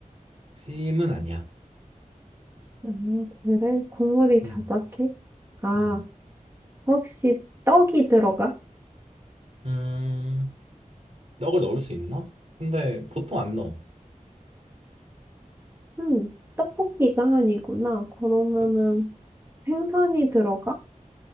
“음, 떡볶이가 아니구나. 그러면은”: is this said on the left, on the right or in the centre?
Right